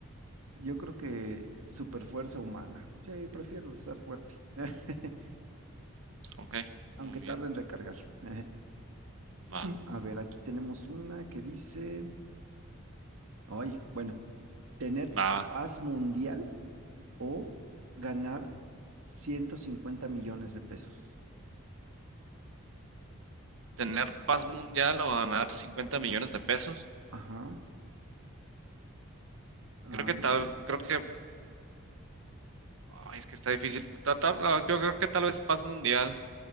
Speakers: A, on the right (about 80°); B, on the right (about 65°).
A: Yo creo que super fuerza humana. Sí, prefiero estar fuerte, <laughs>
B: Ok,
A: aunque
B: muy
A: tarde
B: bien.
A: en recargar. <laughs>
B: Va.
A: A ver, aquí tenemos una que dice, ay, bueno, tener
B: Va,
A: paz mundial o ganar 150 millones de pesos.
B: tener paz mundial o ganar 50 millones de pesos.
A: Ajá, ándale.
B: Creo que tal, creo que, ay, es que está difícil. Ta- tal- ah, yo creo que tal vez paz mundial.